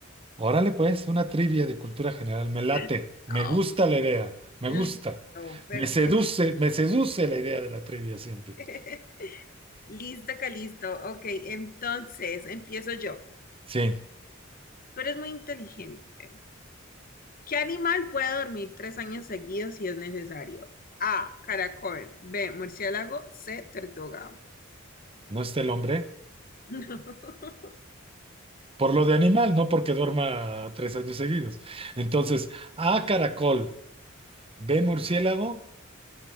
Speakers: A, on the right; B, on the left.
A: Órale pues, una trivia de cultura general, me late,
B: Listo,
A: me gusta la idea, me
B: listo,
A: gusta,
B: perfecto.
A: me seduce, me seduce la idea de la trivia siempre.
B: <laughs> Listo, Calisto, listo. Ok, entonces empiezo yo.
A: Sí,
B: Tú eres muy inteligente. ¿Qué animal puede dormir tres años seguidos si es necesario? A, caracol. B, murciélago. C, tortuga.
A: no está el hombre,
B: <laughs> No.
A: por lo de animal, no porque duerma tres años seguidos. Entonces, A caracol, B murciélago,